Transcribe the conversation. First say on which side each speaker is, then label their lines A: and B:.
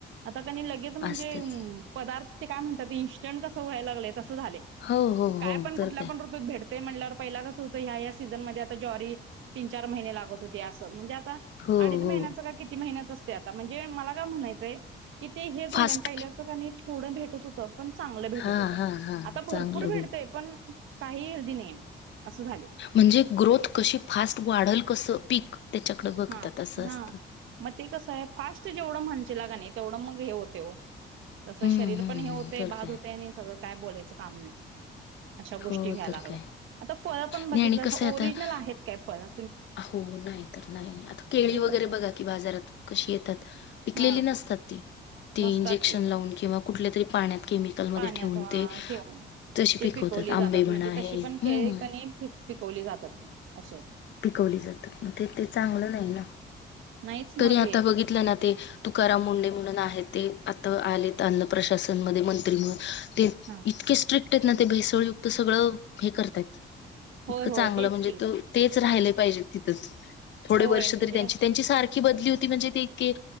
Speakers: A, on the right; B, on the left.
A: आता कनी लगेच म्हणजे
B: असतच
A: पदार्थ ते काय म्हणतात. इंस्टंट कस व्हाय लागलय तंस झालय.
B: हो हो
A: काय
B: हो
A: पण
B: तर
A: कुठल्या
B: काय
A: पण ऋतूत भेटत ते म्हणल्यावर पहिला कस हुतं ह्या- ह्या सीझन मध्ये आता ज्वारी. तीन-चार महिने लागत होते असं म्हणजे आता
B: हो
A: अडीच
B: हो
A: महिन्याचं का किती महिन्याच असतय, आता म्हणजे मला काय म्हणायचंय ते हे झाल्यान.
B: फास्ट
A: पहिल्याच कणी नाही थोडं भेटत होतं पण चांगलं भेटत
B: हा
A: होत.
B: हा हा
A: आता भरपूर
B: चांगलं होईल
A: भेटतय पण काही हेल्दी नाहीय असं झालय.
B: म्हणजे ग्रोथ कशी फास्ट वाढल कसं, पीक त्याच्याकडे बघतात
A: हा
B: असं
A: हा
B: असतं.
A: मग ते कसं हाय. फास्ट जेवढं म्हणशीला कनी तेवढं मग हे होतयं वो. तसं
B: हम्म
A: शरीर
B: हम्म
A: पण हे
B: हम्म
A: होतय,
B: तर
A: बांद
B: काय
A: होतय आणि सगळं काय बोलायचं काम नाही. अशा गोष्टी
B: हो
A: व्हाय
B: तर
A: लागल्यात.
B: काय
A: आता फळ पण बघितलांसा
B: नाही आणि कसं आहे
A: ओरिजिनल
B: आता
A: आहेत काय फळ?
B: हो नाहीत तर नाही, नाही आता केळी वगैरे
A: असं
B: बघा कि बाजारात कशी येतात. पिकलेली
A: हा
B: नसतात ती. ती
A: नसतात
B: इंजेक्शन
A: ते
B: लावून, किंवा कुठल्या तरी पाण्यात केमिकलमध्ये
A: पाण्यात
B: ठेवून
A: अ
B: ते
A: ठेवून.
B: तशी
A: ती
B: पिकवतात.
A: पिकवली
B: आंबे
A: जातात
B: म्हणा
A: म्हणजे
B: हे
A: तशी पण
B: हम्म
A: केळी कणी खूप पिकवली जातात अस.
B: पिकवली जातात. म ते, ते चांगलं नाही ना.
A: नाहीच ना
B: तरी
A: ते
B: आता बघितलं ना ते तुकाराम मुंडे म्हणून आहेत ते आता आले अन्न प्रशासनमध्ये मंत्री म्हणून ते
A: हा.
B: इतके स्ट्रिक्ट आहेत ना ते भेसळयुक्त सगळं हे करतायत. इतकं
A: होय होय
B: चांगलं
A: तेच
B: म्हणजे
A: की
B: तो तेच राहिले पाहिजे तिथचं, थोडे
A: होय
B: वर्ष
A: म्हणजे
B: तरी त्यांची. त्यांची सारख बदली होती म्हणजे ते इतके,